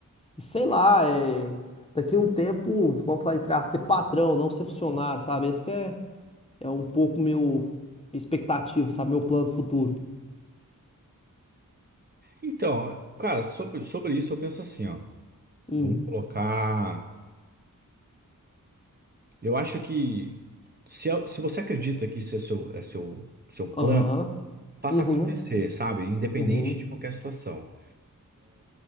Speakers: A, on the left; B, on the right.
A: E sei lá, é... daqui a um tempo, vamos falar entrar aspas, ser patrão, não ser funcionário, sabe? Esse que é, é um pouco meu minha expectativa, sabe? Meu plano futuro.
B: Então, cara, sobre, sobre isso eu penso assim, ó.
A: Hum.
B: Vamos colocar. Eu acho que se, é- se você acredita que isso é seu, é seu, seu plano,
A: Aham.
B: faça
A: Uhum.
B: acontecer, sabe? Independente
A: Uhum.
B: de qualquer situação.